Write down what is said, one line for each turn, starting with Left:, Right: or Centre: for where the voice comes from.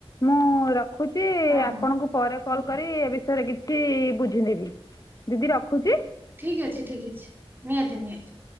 Left: ମୁଁ ରଖୁଛି
Right: ହଁ
Left: ଆପଣଙ୍କୁ
Right: ହଁ
Left: ପରେ କଲ୍ କରି ଏ ବିଷୟରେ କିଛି ବୁଝିିନେବି। ଦିଦି ରଖୁଛି?
Right: ଠିକ୍ ଅଛି ଠିକ୍ ଅଛି ନିହାତି ନିହାତି।